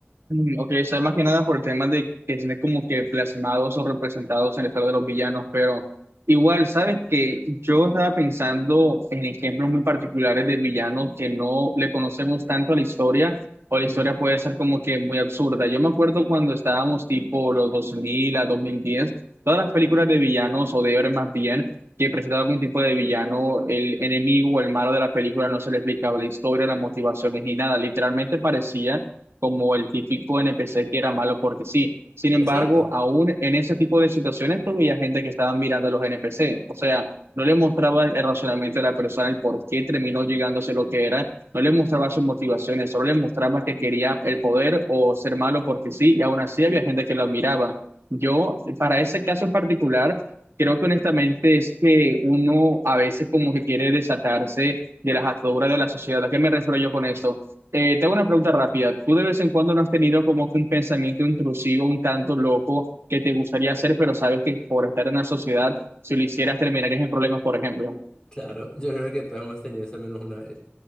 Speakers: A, on the right (about 70°); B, on the left (about 20°).
A: Mm, Ok, o sea, más que nada por el tema de que tiene como que plasmados o representados en el estado de los villanos, pero igual, sabes que yo estaba pensando en ejemplos muy particulares de villanos que no le conocemos tanto a la historia, o la
B: Ujú.
A: historia puede ser como que muy absurda. Yo me acuerdo cuando estábamos tipo los 2000 a 2010, todas las películas de villanos o de héroes más bien. que presentaba algún tipo de villano, el enemigo o el malo de la película no se le explicaba la historia, las motivaciones ni nada, literalmente parecía como el típico NPC que era malo porque sí. Sin embargo,
B: Exacto,
A: aún en ese tipo de situaciones, tú veías gente que estaba mirando a los NPC. O sea, no le mostraba el razonamiento de la persona, el por qué terminó llegándose lo que era. No le mostraba sus motivaciones, solo le mostraba que quería el poder o ser malo porque sí. Y aún así había gente que lo admiraba. Yo, para ese caso en particular, creo que honestamente es que uno a veces como que quiere desatarse de las ataduras de la sociedad. ¿A qué me refiero yo con esto? Eh, te hago una pregunta rápida. ¿Tú de vez en cuando no has tenido como que un pensamiento intrusivo, un tanto loco, que te gustaría hacer, pero sabes que por estar en la sociedad, si lo hicieras, terminarías en problemas, por ejemplo?
B: claro, yo creo que todos hemos tenido eso al menos una vez.